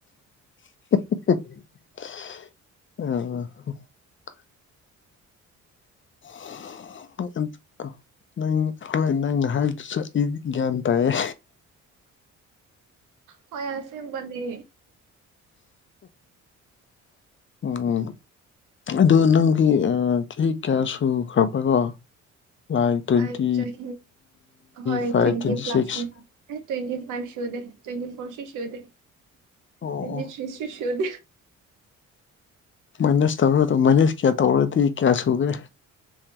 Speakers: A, on the left (about 40°); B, on the right (about 85°).
A: <inaudible> <unintelligible> ꯅꯪ ꯍꯣꯏ ꯅꯪꯅ ꯍꯥꯏꯕꯗꯨꯁꯨ ꯑꯩꯗꯤ ꯒ꯭ꯌꯥꯟ ꯇꯥꯏꯌꯦ
B: ꯍꯣꯏ ꯑꯁꯤ ꯃꯅꯤ
A: ꯎꯝ ꯑꯗꯨ ꯅꯪꯒꯤ ꯆꯍꯤ ꯀꯌꯥ ꯁꯨꯈ꯭ꯔꯕ꯭ꯔꯀꯣ ꯥꯏꯚ ꯇ꯭ꯋꯦꯟꯇꯤ
B: ꯑꯩ ꯆꯍꯤ ꯍꯣꯏ
A: ꯐꯥꯏꯚ ꯇ꯭ꯋꯦꯟꯇꯤ
B: ꯄ꯭ꯂꯁꯅꯦ
A: ꯁꯤꯛꯁ
B: ꯑꯦ ꯇ꯭ꯋꯦꯟꯇꯤ ꯐꯥꯏꯚ ꯁꯗꯦ ꯇ꯭ꯋꯦꯟꯇꯤ ꯐꯣꯔꯁꯨ ꯁꯗꯦ
A: ꯑꯣ ꯑꯣ
B: ꯇ꯭ꯋꯦꯟꯇꯤ ꯊ꯭ꯔꯤꯁꯨ <inaudible>
A: ꯃꯥꯏꯅꯁ ꯇꯧꯔ ꯑꯗꯨ ꯃꯥꯏꯅꯁ ꯀꯌꯥ ꯇꯧꯔꯗꯤ ꯀꯌꯥ ꯁꯨꯈ꯭ꯔꯦ